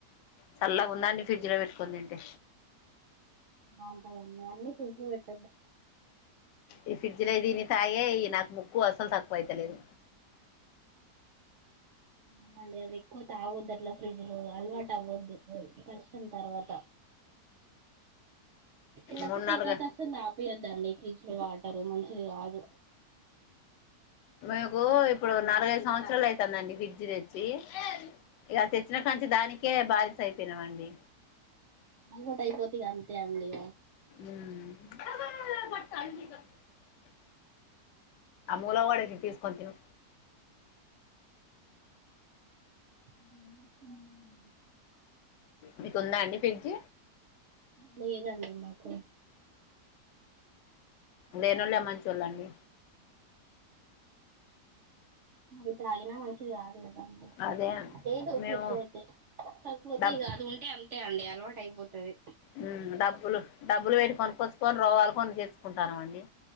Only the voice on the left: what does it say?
చల్లాగా ఉందాండి ఫ్రిడ్జ్ లో పెట్టుకోని ఏంటే
ఈ ఫ్రిడ్జిలో దీని తాయే ఈ నాకు ముక్కు అసలు తక్కువ అయితలేదు
మూడు
నాలుగు
మీకు ఇప్పుడు నాలుగై ఐదు సంవత్సరాలు అవుతుందండి ఫ్రిడ్జి తెచ్చి ఇక తెచ్చిన కాంచి దానికే బార అయిపోయినామండి
ఉమ్ <unintelligible> ఆ మూలా వాడేసి తీసుకొ తిను
మీకుందా అండి ఫ్రిడ్జ్
లేనోళ్లే మంచోళండి
అదే
మేము
డబ్
యూ డబ్బులు డబ్బులు పెట్టుకొని కొచ్చుకొని రోగాలు కొని తెచ్చు కొంటానం అండి